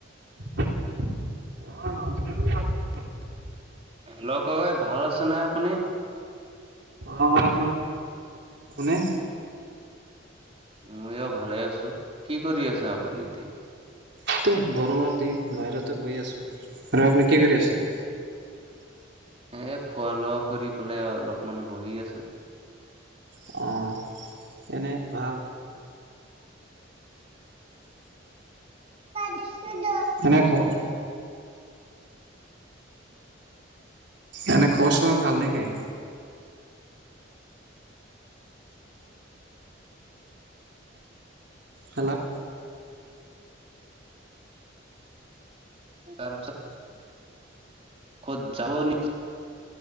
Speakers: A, on the right; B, on the right.
A: অ', নমস্কাৰ, কওক', <unintelligible>
B: হেল্ল', ককাই ভাল আছে নে আপুনি?
A: অ', অ', মই আপুনি?
B: মই এয়া ভালে আছোঁ, কি কৰি আছে আপুনি এতিয়া?
A: এইটো, গৰমৰ দিন বাহিৰতে বহি আছোঁ, আৰু আপুনি কি কৰি আছে?
B: এ খোৱা লোৱা কৰি পেলাই অলপমান বহি আছোঁ।
A: অ', এনে ভাল।
B: নি দ <unintelligible>
A: কেনেকে খবৰ? এনে খবৰ চবৰ ভাল নেকি? হেল্ল',
B: তাৰপিছত, ক'ত যাব নেকি?